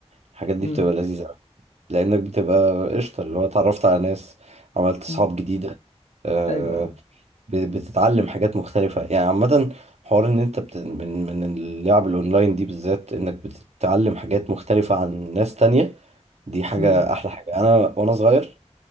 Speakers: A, on the right; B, on the left.
A: الحاجات دي
B: م-
A: بتبقى لذيذة لانك بتبقى قشطه اللي هو اتعرفت على ناس عملت صحاب
B: م.
A: جديده آه،
B: ايوه
A: ب- بتتعلم حاجات مختلفه يعني عامه حوار ان انت بت... من من اللعب الاونلاين دي بالذات انك بتتعلم حاجات مختلفه عن ناس تانية دي حاجه
B: م-
A: احلى حاجه انا وانا صغير